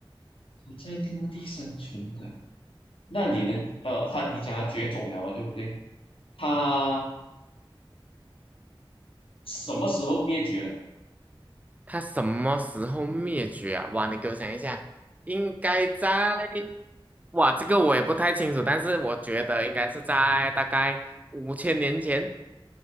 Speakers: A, on the left; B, on the right.
A: 它在陆地生存的。那你能呃，它你讲它绝种了嘛？对不对？它什么时候灭绝的？
B: 它什么时候灭绝啊？哇，你给我想一下，应该在，哇，这个我也不太清楚，但是我觉得应该是在大概五千年前。